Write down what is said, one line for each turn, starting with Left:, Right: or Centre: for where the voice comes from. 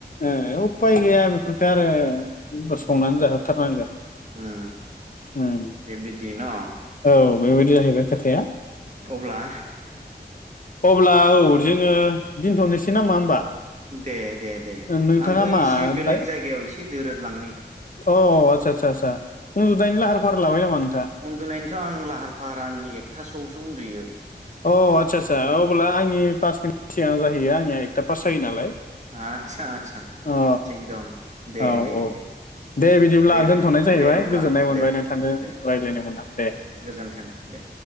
Left: ओ उफाय गैया बेफोरखौ आरो संनानै जाहोथारनांगोन
Right: उम
Left: ओम
Right: बेबायदि न
Left: औ बेबायदि जाहैबाय खोथाया
Right: अब्ला
Left: अब्ला औ जोङो दोनथ'नोसै नामा होमबा
Right: दे दे दे
Left: नोंथाङा
Right: आंबो एसे
Left: मा
Right: बेलेग
Left: दा
Right: जायगायाव एस दोरोदलांनि
Left: अ आत्चा आत्चा आत्चा उन्दुनायनि लाहार फाहार लाबाय नामा नोंथाङा?
Right: उन्दुनायनोथ' आं लाहार फाहार आं एकथासोआवसो उन्दुयो
Left: अ आदसा आदसा अबोला आंनि पास मिनिट सिगां जाहैयो आं निया एथा पास जायो नालाय
Right: आचसा आचसा
Left: औ
Right: थिग दं दे
Left: औ
Right: दे
Left: औ
Right: दे
Left: बिदिब्ला
Right: दे अ
Left: दोनथ'नाय जाहैबाय
Right: दे अब्ला
Left: गोजोननाय मोनबाय
Right: दे
Left: नोंथांजों
Right: दे दे
Left: रायज्लायनो मोना दे
Right: गोजोन्थों दे